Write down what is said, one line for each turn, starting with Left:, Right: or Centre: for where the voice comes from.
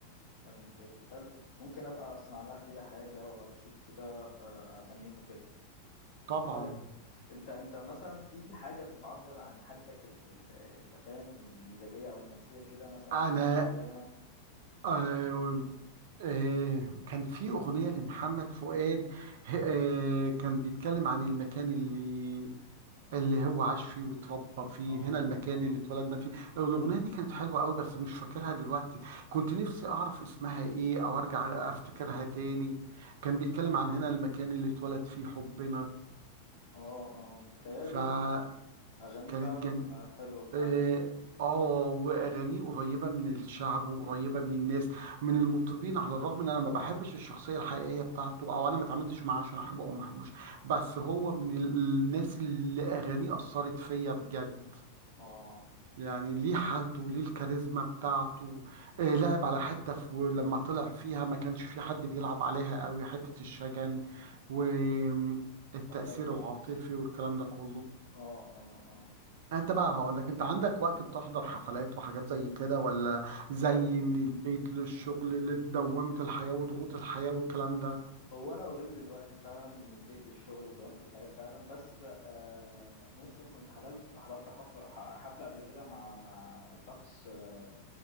Left: والله ممتاز حلو ممكن أبقى أسمع لها كده حاجة وأشوف كده آه، أغانيهم وكده
Right: طبعا
Left: طيب انت انت مثلا في حاجه بتعبر عن حالتك ال... ال... انت فاهم من المزاجيه او النفسيه كده مثلا
Right: انا
Left: اغنيه معينه
Right: آه آه كان في اغنيه لمحمد فؤاد آه كان بيتكلم عن المكان اللي اللي هو عاش فيه واتربى فيه
Left: اه
Right: هنا المكان
Left: اه
Right: اللي اتولدنا فيه الأغنية دي كانت حلوة قوي بس مش فاكرها دلوقتي كنت نفسي أعرف اسمها إيه أو أرجع أفتكرها تاني كان بيتكلم عن هنا المكان اللي اتولد فيه حبنا
Left: اه اه بتهيالي
Right: فكانت
Left: اغانيه فعلا
Right: جم
Left: حلوه فعلا
Right: آه آه، وأغانيه قريبة من الشعب وقريبة من الناس من المطربين على الرغم إن أنا ما بحبش الشخصية الحقيقية بتاعته أو أنا ما اتعاملتش معاه عشان أحبه أو ما أحبوش بس هو من الناس اللي أغانيه أثرت فيا بجد
Left: اه
Right: يعني ليه حالته ليه الكاريزما بتاعته آه لعب على حتة في لما طلع فيها ما كانش في حد بيلعب عليها قوي حتة الشجن والتأثير
Left: والله ممتاز
Right: العاطفي والكلام ده كله
Left: اه اه اه
Right: انت بقى هقول لك انت عندك وقت بتحضر حفلات وحاجات زي كده ولا زي
Left: كنت
Right: من البيت للشغل لدوامة الحياة وضغوط الحياة والكلام ده
Left: هو انا اوريدي دلوقتي فعلا من البيت للشغل ودوامة الحياه فعلا بس آه ممكن كنت حضرت حضرت حفره- ح- حفله قبل كده مع مع شخص آه،